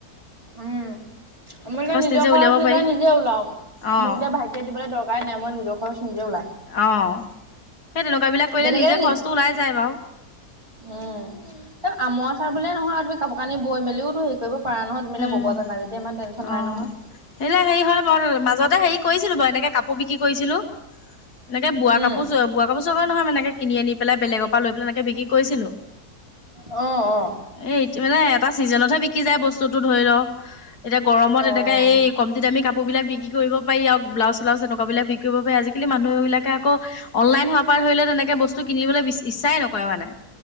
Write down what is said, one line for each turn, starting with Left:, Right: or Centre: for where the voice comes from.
Right: উম আমালোকে নিজৰ
Left: নিজে
Right: খৰচ
Left: উলিয়াব
Right: এতিয়া
Left: পাৰি
Right: নিজে ওলাও। মোক
Left: অঁ
Right: এতিয়া ভাইটিয়ে দিবলৈ দৰকাৰ নাই মই নিজৰ ঘৰৰ নিজে ওলাই।
Left: অঁ সেই তেনেকুৱা বিলাক কৰিলে
Right: তেনেকে
Left: নিজে
Right: নি
Left: খৰচটো ওলাই যায় বাওঁ
Right: উম তাৰ আমৰ আ চাৰ বুললে নহয় তুমি কাপোৰ কানি বৈ মেলিওো হেৰি কৰিব পৰা নহয় তুমি
Left: উম,
Right: জানা যেতিয়া ইমান টেনচন নাই
Left: অৱ
Right: নহয়।
Left: সেইবিলাক হেৰি হয় বাও মাজতে হেৰি। কৰিছিলো বাৰু এনেকে কাপোৰ বিক্ৰী কৰিছিলো। এনেকে বোৱা
Right: উম,
Left: কাপোৰ চ বোৱা কাপোৰ চাগৰ নহয় মানে কিনি আনি পেলাই বেলেগৰ পৰা লৈ পেলাই এনেকে বিক্ৰী কৰিছিলো।
Right: অ', অ',
Left: এইটো মানে এটা চিজনতহে বি বিকি যায় বস্তুতো ধৰি লওক, এতিয়া গৰমত
Right: অ'।
Left: এনেকা এই কমতি দামি কাপোৰ বিলাক বিক্ৰী কৰিব পাৰি আও ব্লাজ চেলাওজ তেনেক বিলাক বিক কৰিব পাৰে আজি কালি মানুহ বিলাকে আকৌ, অনলাইন হোৱাৰ পৰা ধৰি ল তেনেকে বস্তু কিনিবলৈ ইচ্ছাই নকৰে মানে।